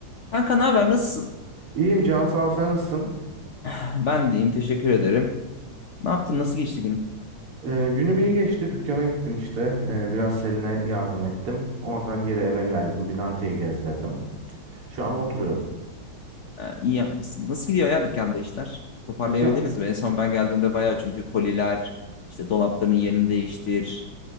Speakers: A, on the left; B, on the right.
A: Kanka ne haber nasılsın?
B: İyiyim Can sağ ol sen nasılsın?
A: <clears throat> Ben deyim teşekkür ederim. Ne yaptın nasıl geçti gün?
B: Ee, günüm iyi geçti dükkana gittim işte Ee, biraz Selin'e yardım ettim. Oradan geri eve geldim bir Dante'yi gezdirdim. Şu an oturuyorum.
A: Ee, iyi yapmışsın. Nasıl gidiyor ya dükkanda işler? Toparlayabildiniz
B: Dükkan
A: mi? En son ben geldiğimde bayağı çünkü koliler, işte dolapların yerini değiştir.